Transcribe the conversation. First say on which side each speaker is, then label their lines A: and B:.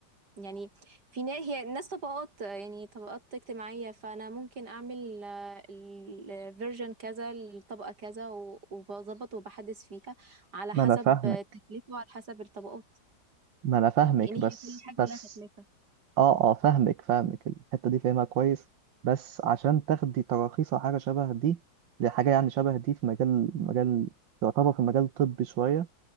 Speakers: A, on the right; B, on the right.
A: يعني في ناس هي ناس طبقات يعني طبقات اجتماعية فانا ممكن اعمل الفيرجن كذا الطبقة كذا و- وبظبط وبحدث فيها على
B: ما
A: حسب
B: انا فاهمك
A: التكلفة وعلى حسب الطبقات
B: ما انا فاهمك
A: لان هي
B: بس
A: كل حاجة
B: بس
A: ولها تكلفة
B: اه اه فاهمك فاهمك الحتة دي فاهمها كويس بس عشان تاخدي تراخيص أو حاجة شبه دي لحاجة يعني شبه دي في مجال مجال يعتبر في مجال طبي شوية